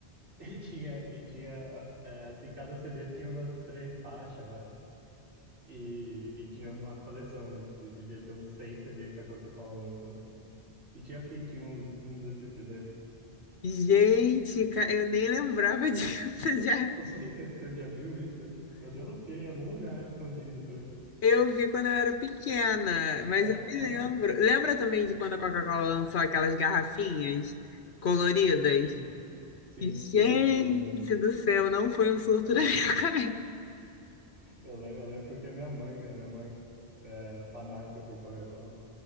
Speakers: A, on the right; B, on the left.
A: <laughs> e tinha, e tinha, é, assim, cada CD tinha umas três faixas, eu acho. E, e tinha uma coleção, né? De- Devia ter uns seis CD que a Coca-Cola lançou. E tinha Pitty, um, um desses CDs.
B: Gente, ca- eu nem lembrava disso. <laughs>
A: <laughs>
B: Já.
A: Não sei se você já viu isso. Eu devo ter em algum lugar escondido por aqui.
B: Eu vi quando eu era pequena, mas
A: Ah,
B: eu me lembro. Lembra também de quando a Coca-Cola lançou aquelas garrafinhas coloridas?
A: <laughs> sim, sim,
B: Gente
A: sim, eu lembro.
B: do céu, não foi um surto da minha <laughs> cabeça.
A: Eu lembro, eu lembro porque a minha mãe, a minha mãe é fanática por Coca-Cola.